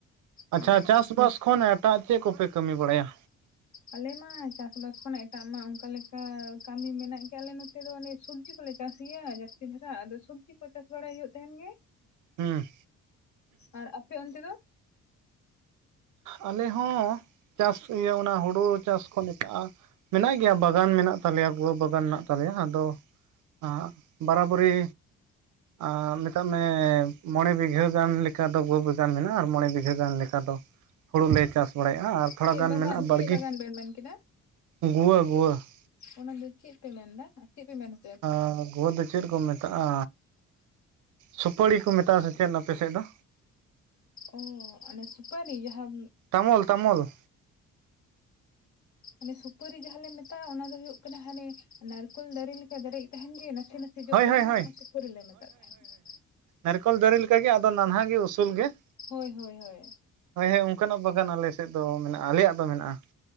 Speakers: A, on the right (about 80°); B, on the left (about 70°).
A: ᱟᱪᱪᱷᱟ
B: ᱦᱳᱭ
A: ᱪᱟᱥᱵᱟᱥ ᱠᱷᱚᱱ ᱮ- -ᱴᱟᱜ ᱪᱮᱜ ᱠᱚᱯᱮ ᱠᱟᱹᱢᱤ ᱵᱟᱲᱟᱭᱟ?
B: ᱟᱞᱮ ᱢᱟ ᱪᱟᱥᱵᱟᱥ ᱠᱷᱚᱱᱟᱜ ᱮᱴᱟᱜ ᱢᱟ ᱚᱱᱠᱟ ᱞᱮᱠᱟ ᱠᱟᱹᱢᱤ ᱢᱮᱱᱟᱜ ᱜᱮᱭᱟ, ᱟᱞᱮ ᱱᱚᱛᱮ ᱫᱚ ᱚᱱᱮ ᱼ -ᱥᱚᱵᱽᱡᱤ ᱠᱚᱞᱮ ᱪᱟᱥ ᱜᱮᱭᱟ ᱡᱟᱹᱥᱛᱤ ᱫᱷᱟᱨᱟ ᱟᱫᱚ ᱥᱚᱵᱽᱡᱤ ᱠᱚ ᱪᱟᱥ ᱵᱟᱲᱟᱭ ᱦᱩᱭᱩᱜ ᱛᱟᱦᱮᱱ ᱜᱮ ᱾
A: ᱦᱩᱸ,
B: ᱟᱨ ᱟᱯᱮ ᱚᱱᱛᱮ ᱫᱚ?
A: ᱟᱞᱮ ᱦᱚᱸᱻ ᱪᱟᱥ ᱤᱭᱟᱹ ᱚᱱᱟ ᱦᱩᱲᱩ ᱪᱟᱥ ᱠᱷᱚᱱ ᱮᱴᱟᱜ-ᱟ ᱢᱮᱱᱟᱜ ᱜᱮᱭᱟ ᱵᱟᱜᱟᱱ ᱢᱮᱱᱟᱜ ᱛᱟᱞᱮᱭᱟ, ᱜᱳ ᱵᱟᱜᱟᱱ ᱢᱮᱱᱟᱜ ᱛᱟᱞᱮᱭᱟ, ᱟᱫᱚ ᱼᱼ ᱟᱜ ᱵᱟᱨᱟᱵᱟᱨᱤ ᱟᱸ ᱢᱮᱛᱟᱜ ᱢᱮ ᱢᱚᱬᱮ ᱵᱤᱜᱷᱟᱹ ᱜᱟᱱ ᱞᱮᱠᱟ ᱫᱚ ᱜᱳ ᱵᱮᱜᱟᱱ ᱢᱮᱱᱟᱜᱼᱟ ᱟᱨ ᱢᱚᱬᱮ ᱵᱤᱜᱷᱟᱹ ᱜᱟᱱ ᱞᱮᱠᱟ ᱫᱚ- ᱦᱩᱲᱩ ᱞᱮ ᱪᱟᱥ ᱵᱟᱲᱟᱭᱮᱜ-ᱟ ᱟᱻ ᱛᱷᱚᱲᱟ
B: ᱪᱮᱫ
A: ᱜᱟᱱ
B: ᱵᱟᱜᱟᱱ
A: ᱢᱮᱱᱟᱜ-ᱟ ᱵᱟᱲᱜᱮ
B: ᱪᱮᱫ ᱵᱟᱜᱟᱱ ᱵᱮᱱ ᱢᱮᱱ ᱠᱮᱫᱟ
A: ᱜᱩᱣᱟᱹ ᱜᱩᱣᱟᱹ ᱾
B: ᱚᱱᱟ ᱫᱚ ᱪᱮᱫ ᱯᱮ ᱢᱮᱱ ᱫᱟ ᱟ ᱪᱮᱫ ᱯᱮ ᱢᱮᱱᱟ?
A: ᱟ ᱜᱩᱣᱟ. ᱫᱚ ᱪᱮᱫ ᱠᱚ ᱢᱮ- -ᱛᱟᱜᱼᱟ, ᱥᱩᱯᱟᱹᱲᱤ ᱠᱚ ᱢᱮᱛᱟᱜ-ᱟ ᱥᱮ ᱪᱮᱱ ᱟᱯᱮ ᱥᱮᱫ ᱫᱚ?
B: ᱚ ᱚᱱᱮ ᱥᱩᱯᱟᱞᱤ ᱡᱟᱦᱟᱸᱼᱼ
A: ᱛᱟᱢᱚᱞ ᱛᱟᱢᱚᱞ,
B: ᱚᱱᱮ ᱥᱩᱯᱟᱹᱨᱤ ᱡᱟᱦᱟᱸ ᱞᱮ ᱢᱮᱛᱟᱜ-ᱟ, ᱚᱱᱟ ᱫᱚ ᱦᱩᱭᱩᱜ ᱠᱟᱱᱟ, ᱦᱟᱱᱮ ᱱᱟᱨᱠᱳᱞ ᱫᱟᱨᱮ ᱞᱮᱠᱟ ᱫᱟᱨᱮ ᱛᱟᱦᱮᱱ ᱜᱮ ᱱᱟᱥᱮ ᱱᱟᱥ <inaudible>
A: ᱦᱳᱭ
B: ᱛᱟᱦᱮᱱᱟ
A: ᱦᱳᱭ ᱦᱳᱭ
B: ᱚᱱᱟ ᱥᱩᱯᱩᱨ ᱨᱮ ᱞᱮ ᱢᱮᱛᱟᱜ ᱛᱟᱦᱮᱱᱟ ᱾ <inaudible>
A: ᱱᱟᱨᱠᱳᱞ ᱫᱟᱨᱮ ᱞᱮᱠᱟᱜᱮ, ᱟᱫᱚ ᱱᱟᱱᱦᱟ ᱜᱮ ᱩᱥᱩᱞ ᱜᱮ᱾
B: ᱦᱳᱭ ᱦᱳᱭ ᱦᱳᱭ᱾
A: ᱦᱳᱭ ᱦᱮᱸ ᱚᱱᱠᱟᱱᱟᱜ ᱵᱟᱜᱟᱱ ᱟᱞᱮ ᱥᱮᱫ ᱫᱚ ᱢᱮᱱᱟᱜ-ᱟ᱾ ᱟᱞᱮᱭᱟᱜ ᱫᱚ ᱢᱮᱱᱟᱜ-ᱟ ᱾